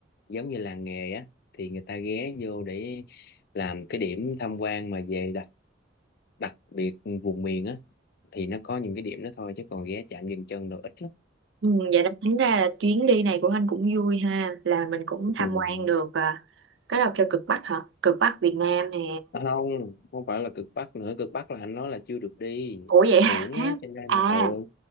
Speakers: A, on the left; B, on the right.
A: giống như làng nghề á thì người ta ghé vô để làm cái điểm tham quan mà về đặc đặc biệt vùng miền á thì nó có những cái điểm đó thôi chứ còn ghé chạm dừng chân đồ ít lắm
B: Ừ, vậy đó tính ra là chuyến đi này của anh cũng vui ha, là mình cũng tham
A: Ừ.
B: quan được à. Cái nào kêu cực Bắc hả? Cực Bắc Việt Nam nè.
A: À, không không phải là cực Bắc nữa cực Bắc là anh nói là chưa được đi
B: Ủa vậy? <laughs>
A: uổng
B: hả?
A: á cho nên
B: À,
A: ừ